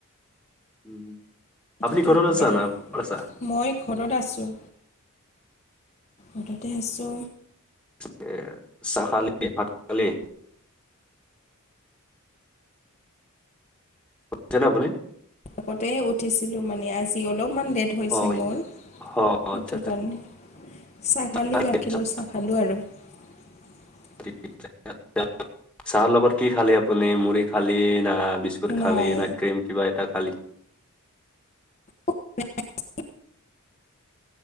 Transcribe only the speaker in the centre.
উম। আপুনি
ঘৰত
আছা
না ঘৰত
তাকে চাহ খালি, ভাত খালি?। <inaudible> তেনে আপুনি?।
হয়
হয়
আচ্ছা
আচ্ছা
আচ্ছা।
<unintelligible> চাহৰ লগত কি খালি আপুনি মুড়ি খালি না বিছ বিস্কুট,
খালি নে ক্ৰীম কিবা এটা খালি